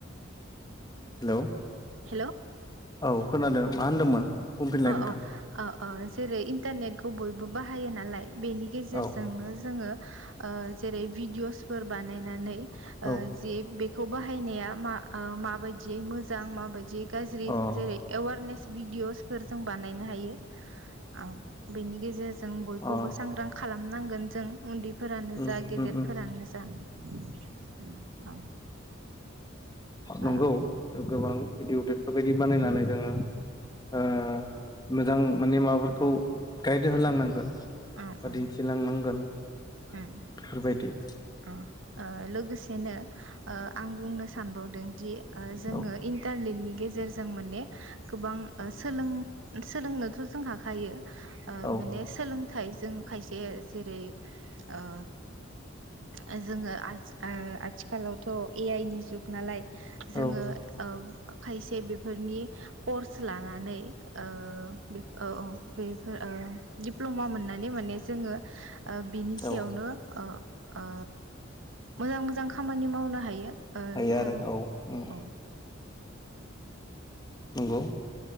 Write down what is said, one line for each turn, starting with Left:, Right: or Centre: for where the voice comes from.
Left: हेलौ'
Right: हेल'
Left: औ खोनादों मा होनदोंमोन? बुंफिनलाय
Right: अ
Left: नोंथां
Right: अ अ अ जेरै इन्टारनेटखौ बयबो बाहायो नालाय बेनि गेजेरजोंनो
Left: औ
Right: जोङो ओ जेरै भिडिअ'सफोर बानायनानै ओ
Left: औ
Right: जि बेखौ बाहायनाया मा ओ माबायदियै मोजां माबायदियै गाज्रि
Left: अ
Right: जेरै एवारनेस भिडिअ'सफोर जों बानायनो हायो औ बेनि गेजेरजों बयखौबो
Left: अ
Right: सांग्रां खालामनांगोन जों उन्दै फोरानो
Left: उम
Right: जा गेदेरफोरानो
Left: उम उम
Right: जा औ।
Left: नंगौ
Right: ओ
Left: गोबां भिडिअ बेफोरबायदि बानायनानै जोङो ओ मोजां माने माबाफोरखौ गाइड होलांनांगोन।
Right: उम
Left: बा
Right: उम
Left: दिन्थिलांनांगोन बेफोरबायदि
Right: उम ओ लोगोसेनो ओ आं बुंनो सानबावदों दि ओ जोङो
Left: औ
Right: इन्टारनेटनि गेजेरजों माने गोबां ओ सोलों सोलोंनोथ' जों हाखायो। ओ
Left: औ
Right: माने सोलोंथाइ जों खायसे जेरै ओ ओ जोङो आथि आथिखालावथ' ए आइ नि जुग नालाय। जोङो
Left: औ
Right: ओ खायसे बेफोरनि कर्स लानानै ओ बे औ औ बेफोर ओ दिप्ल'मा मोननानै माने जोङो ओ बिनि सायावनो
Left: औ
Right: ओ ओ मोजां मोजां खामानि मावनो हायो। ओ
Left: हायो
Right: जो
Left: आरो
Right: अ
Left: औ उम नंगौ